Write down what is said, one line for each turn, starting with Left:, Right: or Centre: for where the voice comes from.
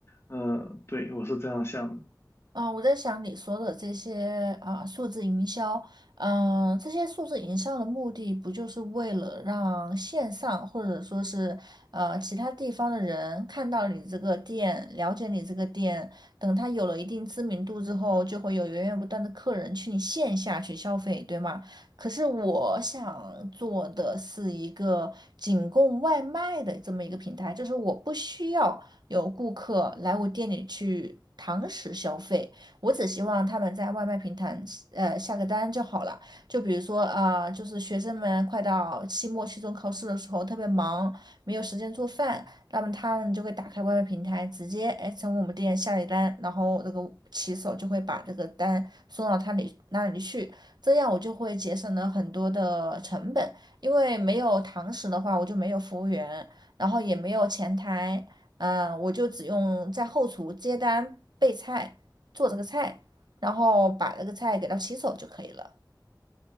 Left: 嗯、对，我是这样想的。
Right: 啊、我在想你说的这些啊、数字营销，嗯、这些数字营销的目的不就是为了让线上或者说是呃其他地方的人看到你这个店，了解你这个店，等他有了一定知名度之后，就会有源源不断的客人去你线下去消费，对吗？可是我想做的是一个仅供外卖的这么一个平台，就是我不需要。有顾客来我店里去堂食消费，我只希望他们在外卖平台呃下个单就好了。就比如说啊、呃就是学生们快到期末、期中考试的时候特别忙，没有时间做饭，那么他们就会打开外卖平台，直接哎从我们店下一单，然后那个骑手就会把这个单送到他里那里去，这样我就会节省了很多的成本。因为没有堂食的话，我就没有服务员，然后也没有前台，嗯，我就只用在后厨接单、备菜、做这个菜，然后把这个菜给它洗手就可以了。